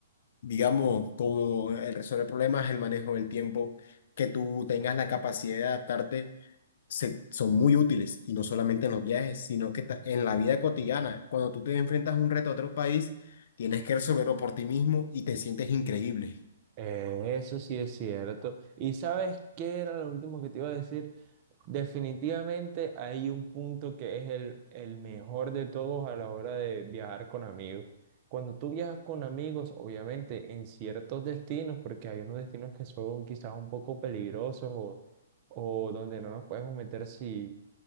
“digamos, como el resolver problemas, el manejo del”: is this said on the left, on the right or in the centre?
Left